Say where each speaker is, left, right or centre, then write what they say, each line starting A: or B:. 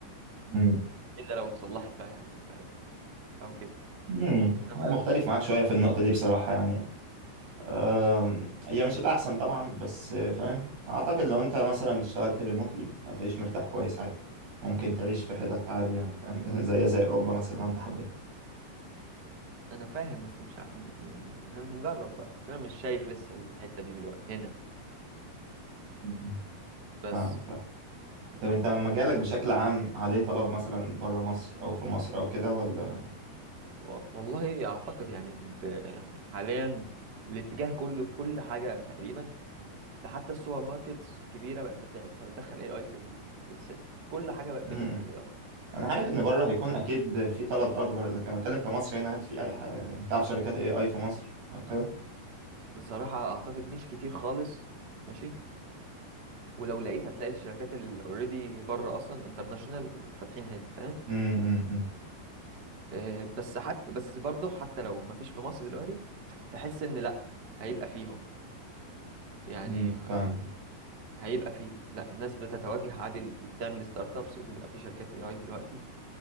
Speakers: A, on the right (about 70°); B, on the right (about 35°).
A: امم
B: إلا لو اتصلحت بقى يعني فاهم أو كده
A: أمم.
B: إنما
A: انا مختلف معاك شويه في النقطه دي بصراحه يعني آم، هي مش الاحسن طبعا بس آه، فاهم اعتقد لو انت مثلا اشتغلت ريموتلي هتعيش مرتاح كويس عادي ممكن تعيش في حتت عادي يعني فاهم <laughs> زي زي اوروبا مثلا لو انت حبيت
B: أنا فاهم بس مش ع... يعني هنجرب بقى بس أنا مش شايف لسه الحتة دي دلوقتي هنا
A: أمم.
B: بس
A: فاهمك فاهمك طب
B: مم.
A: انت مجالك بشكل عام عليه طلب مثلا بره مصر او في مصر او كده ولا
B: و... والله أعتقد يعني, ب... يعني حاليا الاتجاه كله في كل حاجة تقريبا ده حتى السوبر ماركت الكبيرة بقت بت... بتدخل AI في ال... في السيستم كل حاجة بقت بتدخل
A: امم
B: AI
A: انا عارف
B: فاهم
A: ان بره هيكون اكيد في طلب اكبر لكن انا بتكلم في مصر هنا هل في اي حاجه انت عارف شركات اي اي في مصر او كده
B: بصراحة أعتقد مش كتير خالص ماشي ولو لقيت هتلاقي الشركات اللي اوريدي بره اصلا انترناشونال وفاتحين هنا فاهم
A: امم
B: آه، بس حتى بس برضه حتى لو ما فيش في مصر دلوقتي تحس ان لا هيبقى فيه اهو يعني
A: امم
B: آه،
A: فاهم
B: هيبقى فيه لا الناس بتتوجه عادي تعمل ستارت ابس وبيبقى في شركات اي اي دلوقتي